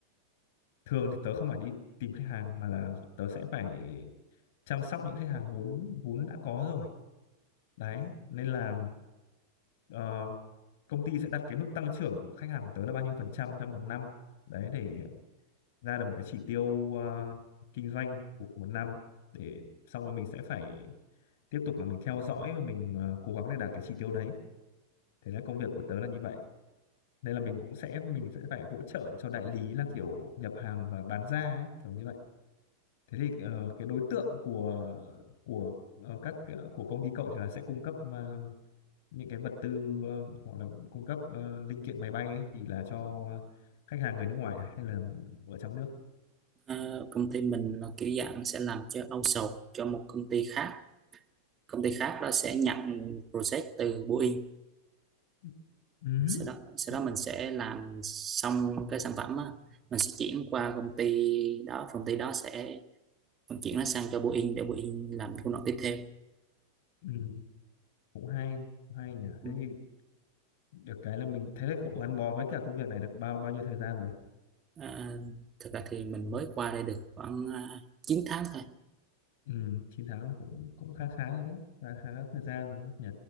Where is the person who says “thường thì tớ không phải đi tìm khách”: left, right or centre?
Left